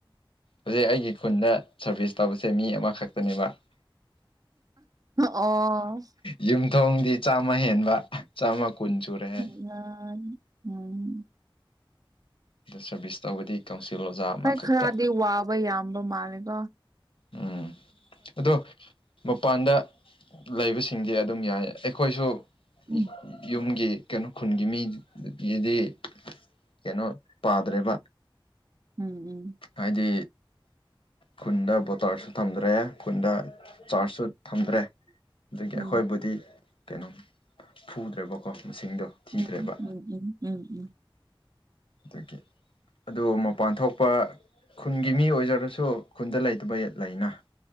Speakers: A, on the left (about 80°); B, on the right (about 45°).
A: ꯍꯧꯖꯤꯛ ꯑꯩꯒꯤ ꯈꯨꯟꯗ ꯁꯥꯔꯚꯤꯁ ꯇꯧꯕꯁꯦ ꯃꯤ ꯑꯃꯈꯛꯇꯅꯦꯕ
B: ꯑꯣ
A: ꯌꯨꯝꯊꯣꯡꯗꯤ ꯆꯥꯝꯃ ꯍꯦꯟꯕ ꯆꯥꯝꯃꯀꯨꯟ ꯁꯨꯔꯦꯍꯦ
B: <unintelligible> ꯎꯝ
A: ꯁꯤꯗ ꯁꯔꯚꯤꯁ ꯇꯧꯕꯗꯤ ꯀꯥꯎꯟꯁꯤꯜ ꯑꯣꯖꯥ ꯑꯃꯈꯛꯇ
B: ꯍꯣꯏ ꯈꯔꯗꯤ <unintelligible> ꯌꯥꯝꯕ ꯃꯥꯜꯂ‌ꯦꯀꯣ
A: ꯎꯝ ꯑꯗꯣ ꯃꯄꯥꯟꯗ ꯂꯩꯕꯁꯤꯡꯗꯤ ꯑꯗꯨꯝ ꯌꯥꯏ ꯑꯩꯈꯣꯏꯁꯨ ꯌꯨ
B: ꯎꯝ
A: ꯌꯨꯝꯒꯤ ꯀꯩꯅꯣ ꯈꯨꯟꯒꯤ ꯃꯤ ꯒꯤꯗꯤ ꯀꯩꯅꯣ ꯄꯥꯗ꯭ꯔꯦꯕ
B: ꯎꯝ ꯎꯝ
A: ꯍꯥꯏꯗꯤ ꯈꯨꯟꯗ ꯕꯣꯇꯥꯔꯁꯨ ꯊꯝꯗ꯭ꯔꯦ ꯈꯨꯟꯗ ꯆꯥꯔꯖ ꯁꯨꯠ ꯊꯝꯗ꯭ꯔꯦ ꯑꯗꯒꯤ
B: ꯎꯝ
A: ꯑꯩꯈꯣꯏꯕꯨꯗꯤ
B: ꯎꯝ
A: ꯀꯩꯅꯣ ꯐꯨꯗ꯭ꯔꯦꯕꯀꯣ ꯃꯁꯤꯡꯗꯣ
B: <unintelligible>
A: ꯊꯤꯗ꯭ꯔꯦꯕ ꯗꯒꯤ ꯑꯗꯨ ꯃꯄꯥꯟ ꯊꯣꯛꯄ ꯈꯨꯟꯒꯤ ꯃꯤ ꯑꯣꯏꯖꯔꯁꯨ ꯈꯨꯟꯗ ꯂꯩꯇꯕ ꯂꯩꯅ